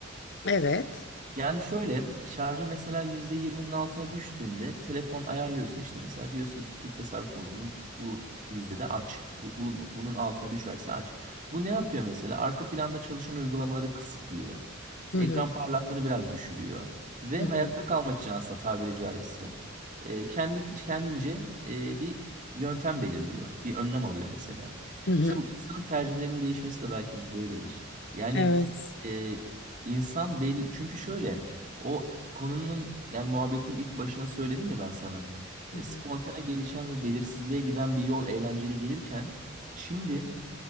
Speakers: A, on the left (about 60°); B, on the right (about 40°).
A: Evet.
B: Yani şöyle şarjı mesela yüzde yirminin altına düştüğünde telefon ayarlıyorsun işte mesela diyorsun ki pil tasarruf modunu bu yüzdede aç. Bu, bunun, bunun altına düşerse aç. Bu ne yapıyor mesela? Arka planda çalışan uygulamaları kısıtlıyor. İşte
A: Hı hı.
B: ekran parlaklığını biraz düşürüyor ve
A: Hı
B: hayatta
A: hı.
B: kalmak için aslında tabiri caizse e, kendi kendince e, bir yöntem belirliyor. Bir önlem alıyor mesela.
A: Hı hı.
B: İşte bu insanın tercihlerinin değişmesi de belki bu böyledir. Yani
A: Evet.
B: e, İnsan belli çünkü şöyle o konunun yani muhabbetin ilk başına söyledim ya ben sana.
A: Hı
B: E,
A: hı.
B: spontane gelişen ve belirsizliğe giden bir yol eğlenceli gelirken şimdi